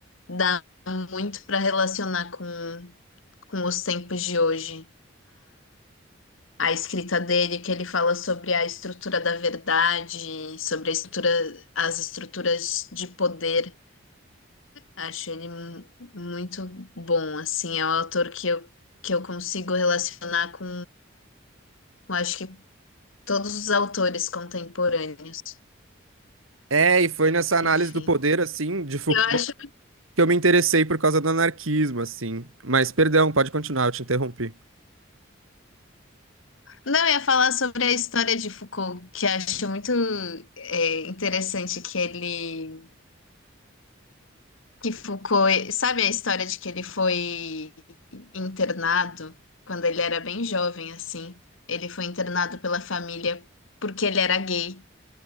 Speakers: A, on the left; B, on the right.
A: Dá muito para relacionar com, com os tempos de hoje a escrita dele, que ele fala sobre a estrutura da verdade, sobre a estrutura, as estruturas de poder. Acho ele mu- muito bom, assim, é um autor que eu, que eu consigo relacionar com, com acho que todos os autores contemporâneos,
B: É, e foi nessa análise
A: enfim.
B: do poder, assim, de Foucault,
A: Eu acho.
B: que eu me interessei por causa do anarquismo, assim. Mas, perdão, pode continuar, eu te interrompi.
A: Não, eu ia falar sobre a história de Foucault, que acho muito é, interessante que ele Que Foucault, sabe a história de que ele foi internado quando ele era bem jovem, assim? Ele foi internado pela família porque ele era gay.